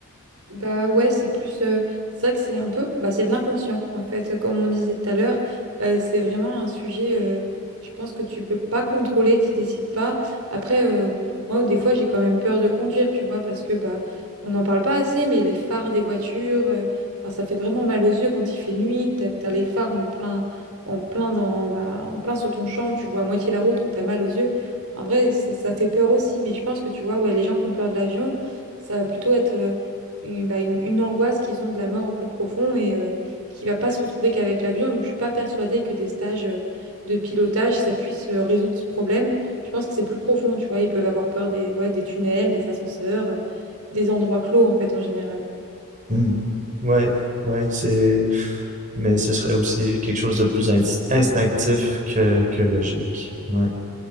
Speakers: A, on the right; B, on the right.
A: Bah ouais, c'est plus. euh, c'est vrai que c'est un peu. Bah, c'est de l'inconscient, en fait. Comme on disait tout à l'heure, euh, c'est vraiment un sujet. euh, je pense que tu peux pas contrôler, tu décides pas. Après, euh, moi, des fois, j'ai quand même peur de conduire, tu vois, parce que bah, on n'en parle pas assez, mais les phares des voitures, euh, enfin, ça fait vraiment mal aux yeux quand il fait nuit, que t'as, t'as les phares en plein, en plein dans, bah, en plein sur ton champ, que tu vois à moitié la route, que t'as mal aux yeux. En vrai, ça, ça fait peur aussi, mais je pense que tu vois, ouais, les gens qui ont peur de l'avion, ça va plutôt être une, bah, une- une angoisse qu'ils ont de la mort au plus profond et euh, qui va pas se retrouver qu'avec l'avion. Donc, je suis pas persuadée que des stages euh, de pilotage, ça puisse euh, résoudre ce problème. Je pense que c'est plus profond, tu vois. Ils peuvent avoir peur des, ouais, des tunnels, des ascenseurs, euh, des endroits clos, en fait, en général.
B: Hmm. Ouais, ouais, c'est. Mais ce serait aussi quelque chose de plus instinctif que, que logique. Ouais.